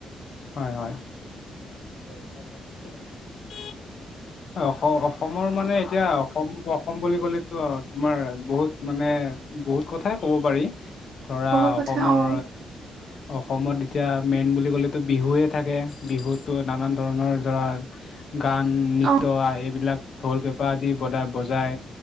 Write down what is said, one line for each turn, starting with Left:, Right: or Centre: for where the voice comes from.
Left: হয়, হয়। <inaudible> অসম-অসমৰ মানে এতিয়া অসম অসম বুলি ক'লেতো তোমাৰ বহুত মানে বহুত কথাই ক'ব পাৰি। ধৰা
Right: বহুত
Left: অসমৰ
Right: কথা অঁ
Left: অসমত এতিয়া মেইন বুলি ক'লেতো বিহুৱে থাকে। বিহুতো নানান ধৰণৰ ধৰা গান-নৃত্য
Right: অঁ
Left: এইবিলাক ঢোল-পেপা আদি বদা বজাই।